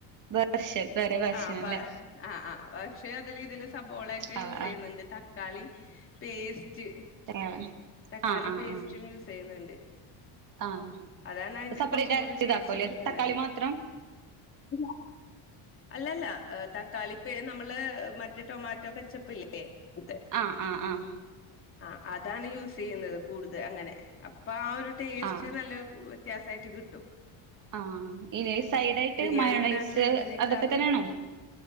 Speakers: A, on the right; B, on the left.
A: വർഷ വറെ വർഷനല്ലേ
B: ആഹ് പ ആഹ് ആഹ് പക്ഷെ അതിൽ ഇതില് സബോളയൊക്കെ
A: ആഹ്
B: യൂസ് ചെയ്യുന്നുണ്ട്
A: ആഹ്
B: ത തക്കാളി പേസ്റ്റ്
A: ആഹ്
B: തക്കാളി
A: ആഹ് ആഹ്
B: പേസ്റ്റും
A: ആഹ്
B: യൂസ് ചെയ്യുന്നുണ്ട്
A: ആഹ്
B: അതാണ് അതിന്റെ
A: സെപ്പറേറ്റ്
B: കുറച്ചും
A: അരച്ച്
B: കൂടി ടേസ്റ്റ്
A: ഇതാക്കുംല്ലേ
B: കിട്ടുന്നത്
A: തക്കാളി മാത്രം
B: ഇല്ല അല്ലല്ലാ തക്കാളിപ്പ നമ്മള് മ റ്റെ ടൊമാറ്റോ കെച്ചപ്പില്ലേ അതെ
A: ആഹ് ആഹ് ആഹ്
B: ആ അതാണ് യൂസ് ചെയ്യുന്നത് കൂടുത അങ്ങനെ അപ്പൊ ആ ഒരു ടേസ്റ്റ്
A: ആഹ്
B: നല്ല വെ ത്യാസായിറ്റ് കിട്ടും.
A: ആഹ് ഇനി സൈഡ ആയിട്ട്
B: ബിരിയാണി
A: മയോണൈസ്
B: ഉണ്ടാക്കുന്നതിനേക്കാളും
A: അതൊക്കെ തന്നേണോ